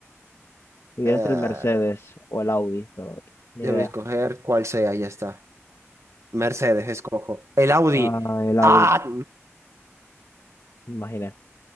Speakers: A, on the left (about 75°); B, on the right (about 75°).
A: Pudiera
B: eh,
A: ser el Mercedes o el Audi, pero ni
B: debo
A: idea.
B: escoger cuál sea, ya está. Mercedes, escojo. El Audi.
A: Ah, el Audi,
B: Ah,
A: me imaginé.